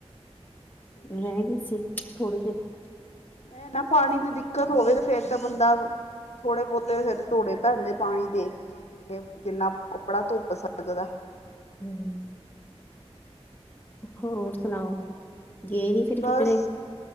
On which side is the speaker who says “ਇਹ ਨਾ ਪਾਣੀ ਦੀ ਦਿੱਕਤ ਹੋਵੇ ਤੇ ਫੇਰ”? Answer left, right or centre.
Left